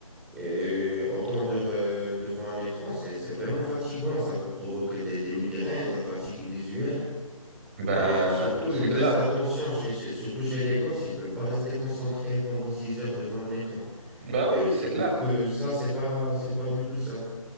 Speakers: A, in the centre; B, on the right.
A: Et autant d'heures euh, devant un écran, c'est c'est vraiment fatigant, ça peut provoquer des, des migraines, de la fatigue visuelle.
B: Bah,
A: Et surtout
B: c'est
A: une baisse
B: clair.
A: d'attention, chez, chez- surtout chez les gosses, ils peuvent pas rester concentrés pendant 6 heures devant un écran.
B: Bah
A: Et
B: oui, oui,
A: je
B: c'est
A: trouve
B: clair.
A: que ça, c'est pas, c'est pas du tout ça.